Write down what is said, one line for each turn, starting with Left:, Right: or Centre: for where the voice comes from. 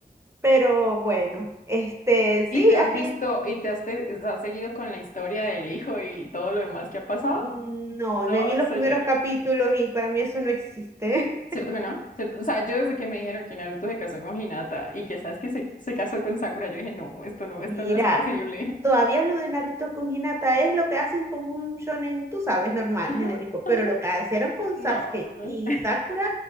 Right: Pero bueno, este, sí,
Left: ¿Y te has
Right: aquí
Left: visto y te has, te- has seguido con la historia del hijo y todo lo demás que ha pasado?
Right: mm, no,
Left: No,
Right: me vi
Left: eso
Right: los primeros
Left: ya no.
Right: capítulos y para mí eso no existe.
Left: ¿Cierto que no? ¿Cierto? O sea, yo desde que me dijeron que Naruto se casó con Hinata y que sabes que se, se casó con Sakura, yo dije, no, esto no, esto
Right: Mira,
Left: no es posible.
Right: todavía lo de Naruto con Hinata es lo que hacen con un shonen, tú sabes, normal,
Left: <laughs> Ajá,
Right: genérico,
Left: ajá,
Right: pero lo que hicieron con
Left: no.
Right: Sasuke y Sakura,